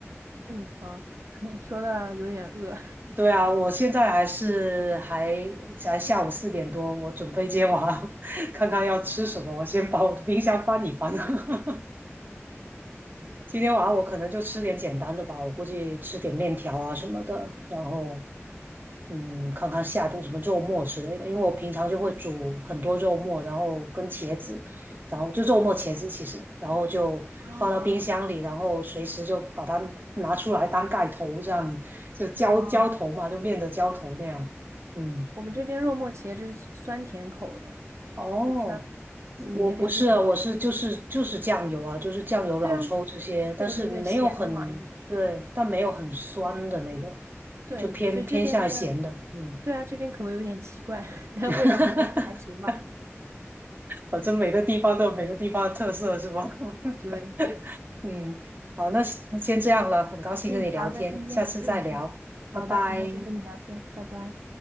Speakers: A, on the right; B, on the right.
A: 嗯，好，<laughs> 说的有点饿。
B: <laughs> 对啊，我现在还是还才下午四点多，我准备接娃，<laughs> 看看要吃什么，我先把我的冰箱翻一翻。<laughs> 今天晚上我可能就吃点简单的吧，我估计吃点面条啊什么的，然后嗯，看看下顿什么肉末之类的，因为我平常就会煮很多肉末，然后跟茄子，然后就肉末茄子其实，然后就放到冰箱里，
A: 啊。
B: 然后随时就把它拿出来当盖头，这样就浇浇头嘛，
A: 哦，
B: 就面的浇头那样。嗯，
A: 我们这边肉末茄汁是酸甜口的，
B: 哦，
A: 我不知道，是你那边是什么样的？
B: 我不是啊，我是就是就是酱油啊，就是酱油、老抽这些，
A: 对啊，
B: 但是没有很，
A: 对对对，咸的嘛，应该是。
B: 对，但没有很酸的那个，
A: 对，
B: 就偏偏向咸的，
A: 就所以这边的，
B: 嗯。
A: 对啊，这边口味有点奇怪，<laughs> 但味道还是还行吧。
B: <laughs> 反正每个地方都有每个地方的特色，是吧？<laughs>
A: 对，
B: 嗯，好，那那先这样了，很高兴跟你聊天，
A: 嗯，好，那今天，
B: 下次再聊，
A: 嗯，好的，
B: 拜拜。
A: 很开心跟你聊天，拜拜。